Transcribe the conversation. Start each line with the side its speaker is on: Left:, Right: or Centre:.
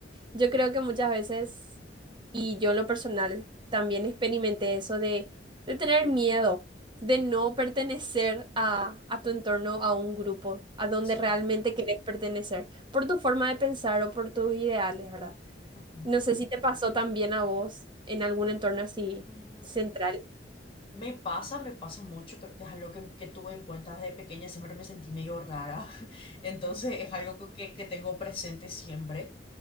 Right: yo creo que muchas veces, y yo en lo personal, también experimenté eso de, de tener miedo, de no pertenecer a, a tu entorno, a un grupo, a donde
Left: Sí.
Right: realmente querés pertenecer, por tu forma de pensar o por tus ideales, ¿verdad?
Left: ujú.
Right: No sé si te pasó también a vos en algún entorno así
Left: Mm,
Right: central.
Left: Me pasa, me pasa mucho, creo que es algo que, que tuve en cuenta desde pequeña, siempre me sentí medio rara, <laughs> entonces es algo que, que tengo presente siempre.